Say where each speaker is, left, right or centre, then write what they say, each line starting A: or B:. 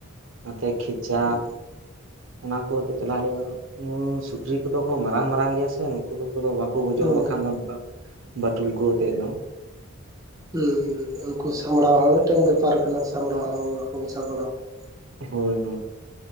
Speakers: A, on the right (about 65°); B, on the right (about 15°).
A: ᱱᱚᱛᱮ ᱠᱷᱤᱪᱟ ᱾
B: ᱦᱩ
A: ᱚᱱᱟ ᱠᱚ ᱟᱛᱮᱫ ᱪᱟᱞᱟᱜ ᱦᱳᱭᱳᱜᱼᱟ ᱥᱩᱠᱨᱤ ᱠᱚᱫᱚ ᱠᱚ ᱢᱟᱨᱟᱝ ᱢᱟᱨᱟᱝ ᱜᱮᱭᱟ ᱥᱮ ᱱᱩᱠᱩ ᱫᱚᱫᱚ ᱵᱟᱝ ᱠᱚ ᱜᱚᱡᱚᱜᱼᱟ
B: ᱦᱮᱸ
A: ᱵᱟᱠᱷᱟᱱ ᱫᱚ ᱵᱟᱴᱩᱞ ᱠᱚ ᱟᱛᱮᱜ ᱫᱚ ᱾
B: ᱦᱩ ᱩᱱᱠᱩ ᱥᱟᱢᱲᱟᱣ ᱦᱚᱸ ᱢᱤᱫᱴᱟᱝ ᱵᱮᱯᱟᱨ ᱠᱟᱱᱟ ᱥᱟᱢᱲᱟᱣ ᱦᱚᱸ ᱵᱟᱠᱚ <unintelligible>
A: ᱦᱳᱭ ᱦᱳᱭ